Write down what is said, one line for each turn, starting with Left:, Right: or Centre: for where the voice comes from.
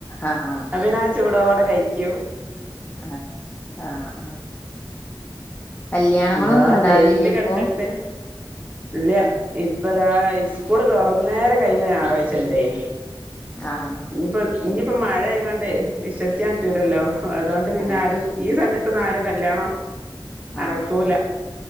Left: ആഹ്
Right: അത് പിന്നെ ആ ചൂടോടെ കയിക്ക്യും.
Left: അതെ ആഹ് ആഹ്. കല്യാണങ്ങളൊന്നും
Right: എന്താ
Left: ഉണ്ടാവലില്ലേ
Right: വെയില്
Left: ഇപ്പൊ
Right: കണ്ടിട്ട്, ഇല്യ. ഇപ്പതാ സ്കൂള് തൊറന്നേരെ കഴിഞ്ഞ ഞായറാഴ്ച ഇണ്ടേയ്നി.
Left: ആഹ്
Right: ഇഞ്ഞിപ്പോ ഇഞ്ഞിപ്പോം മഴെയിങ്ങാണ്ടേ വിശ്വസിക്കാൻ പറ്റൂല്ലല്ലോ അതുകൊണ്ട് പിന്നെ
Left: ആഹ്
Right: ആരും ഈ സമയ ത്തൊന്നാരും കല്യാണം
Left: ആഹ്
Right: ആക്കൂല